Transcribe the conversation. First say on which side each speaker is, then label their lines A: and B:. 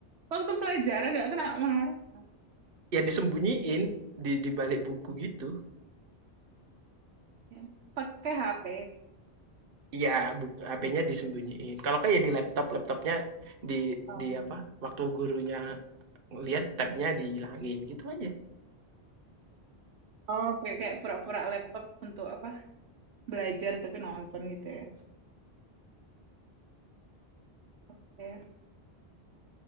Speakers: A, on the right; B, on the right.
A: Waktu pelajaran nggak kena marah.
B: Ya disembunyiin di di balik buku gitu.
A: Ya. Pakai HP.
B: Iya, buk HP-nya disembunyiin, kalau nggak ya di laptop, laptopnya di
A: Oh.
B: di apa, waktu gurunya lihat tab-nya dihilangin, gitu aja.
A: Oh, kayak kayak pura-pura laptop untuk apa? Belajar tapi nonton gitu ya. Oke.